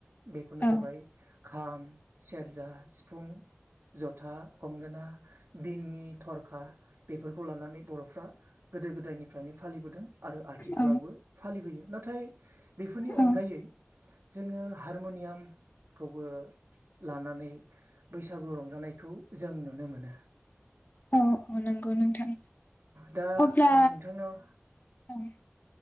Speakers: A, on the right; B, on the left.
A: बेफोरनो
B: औ
A: जाबाय खाम सेरजा सिफुं <unintelligible> जथा गंगोना दिङि थरखा बेफोरखौ लानानै बर'फ्रा गोदो गोदायनिफ्रायनो फालिबोदों आरो आथिखालावबो
B: औ
A: फालिबोयो नाथाय बेफोरनि
B: औ
A: अनगायै जोङो हारमुनियामखौबो लानानै बैसागु रं जानायखौ जों नुनो मोनो
B: औ औ नंगौ नोंथां
A: दा
B: अब्ला
A: आं नोंथांनाव
B: ओ